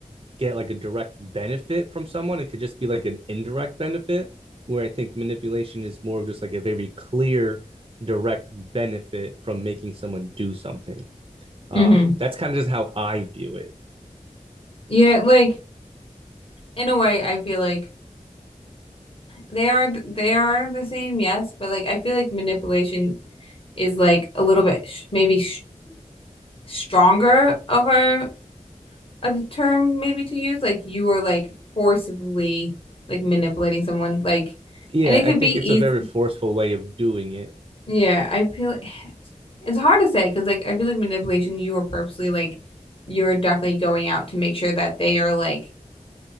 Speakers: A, on the right (about 40°); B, on the left (about 45°).
A: get like a direct benefit from someone. It could just be like an indirect benefit, where I think manipulation is more of just like a very clear, direct benefit from making someone do something. Um,
B: Mm-hmm.
A: that's kind of just how I view it.
B: Yeah, like in a way, I feel like they are they are the same, yes, but like I feel like manipulation is like a little bit sh maybe sh stronger of a of a term maybe to use. Like you are like forcibly like manipulating someone, like,
A: Yeah,
B: and it could
A: I think
B: be
A: it's
B: easy.
A: a very forceful way of doing it.
B: Yeah, I feel <sighs> it's, it's hard to say because like I feel like manipulation, you are purposely like you're definitely going out to make sure that they are like